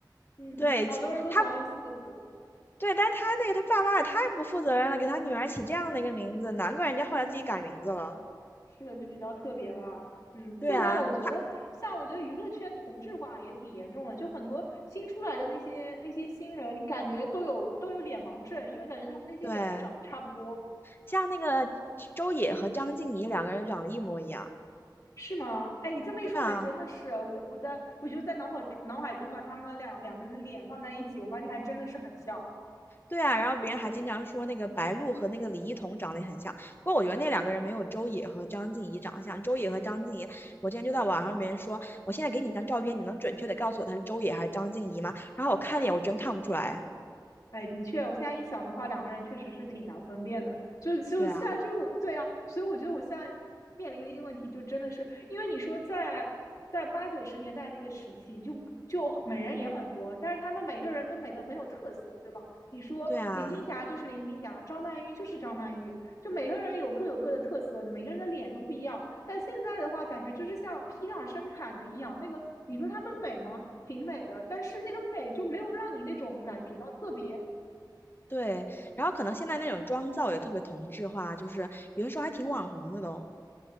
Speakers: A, on the left (about 45°); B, on the left (about 30°).
A: 嗯，
B: 对，
A: 好多人都喜欢用四个字。
B: 其他对，但是他那个他爸妈也太不负责任了，给他女儿起这样的一个名字，难怪人家后来自己改名字了。
A: 是的，就比较特别吧。嗯，
B: 对啊，
A: 现在我觉得，
B: 他
A: 像我觉得娱乐圈同质化也挺严重的，就很多新出来的那些那些新人，你感觉都有都有脸盲症，因为感觉他们那些脸都长得差不多，
B: 对，像那个周也和张婧仪两个人长得一模一样。
A: 是吗？哎，你这么一说，
B: 对啊，
A: 还真的是。我在我在我就在脑海脑海中把他们两两个人的脸放在一起，我发现还真的是很像。
B: 对啊，然后别人还经常说那个白鹿和那个李一桐长得也很像，不过我觉得那两个人没有周也和张婧仪长得像。周也和张婧仪，我之前就在网上别人说，我现在给你一张照片，你能准确的告诉我她是周也还是张婧仪吗？然后我看了一眼，我真看不出来。
A: 哎，的确，我现在一想的话，两个人确实是挺难分辨的。就就现在就对啊，
B: 对啊，
A: 所以我觉得我现在面临的一个问题，就真的是因为你说在在八九十年代那个时期就，就美人也很多，但是他们每个人都美得很有特色，对吧？你说林青霞就是林青霞，
B: 对啊。
A: 张曼玉就是张曼玉，就每个人有各有各的特色，每个人的脸都不一样。但现在的话，感觉就是像批量生产的一样，那个你说他们美吗？挺美的，但是那个美就没有让你那种感觉到特别。
B: 对，然后可能现在那种妆造也特别同质化，就是有的时候还挺网红的都。